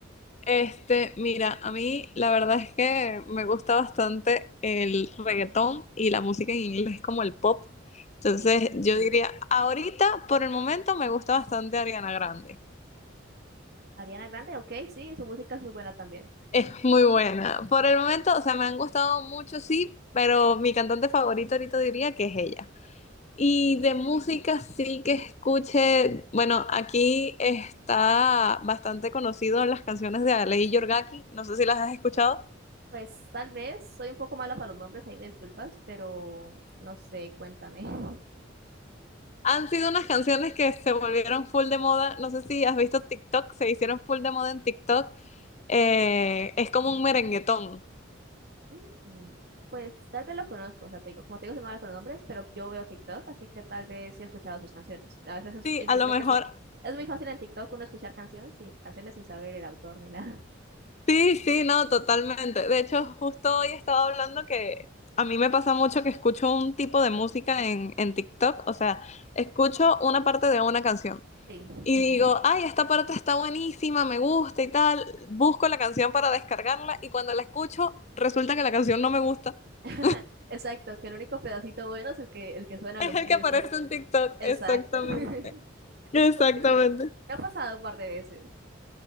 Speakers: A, on the left; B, on the right.
A: Este, mira, a mí la verdad es que me gusta bastante el reggaetón y la música en inglés como el pop. Entonces,
B: Sí,
A: yo diría, ahorita, por el momento, me gusta bastante Ariana Grande.
B: Ariana Grande, ok, sí, su música es muy buena también.
A: Es muy buena. Por el momento, o sea, me han gustado mucho, sí, pero mi cantante favorito ahorita diría que es ella. Y
B: Sí.
A: de música sí que escuche, bueno, aquí está bastante conocido las canciones de Alei Yorgaki, no sé si las has escuchado.
B: Pues tal vez, soy un poco mala para los nombres, ahí me disculpas, pero no sé, cuéntame. <laughs>
A: Han sido unas canciones que se volvieron full de moda, no sé si has visto TikTok, se hicieron full de moda en TikTok, Eh, es como un merenguetón.
B: Mm, Pues tal vez lo conozco, o sea, te digo, como te digo, soy mala para los nombres, pero yo veo TikTok, así que tal vez sí he escuchado sus canciones. A veces
A: Sí,
B: es- en
A: a
B: TikTok
A: lo mejor,
B: es, mu- es muy fácil en TikTok uno escuchar canciones, sí, canciones sin saber el autor ni nada.
A: Sí, sí, no, totalmente. De hecho, justo hoy estaba hablando que a mí me pasa mucho que escucho un tipo de música en, en TikTok, o sea, escucho una parte de una canción
B: Sí,
A: y digo, ay, esta parte está buenísima, me gusta y tal, busco la canción para descargarla y cuando la escucho resulta que la canción no me gusta.
B: <laughs>
A: <laughs>
B: exacto, que el único pedacito bueno es el que, el que suena
A: Es
B: en los
A: el
B: reels.
A: que aparece
B: es-
A: en TikTok,
B: Exacto.
A: exactamente,
B: <laughs> Es
A: exactamente.
B: un poco irónico. sí. Me ha pasado un par de veces,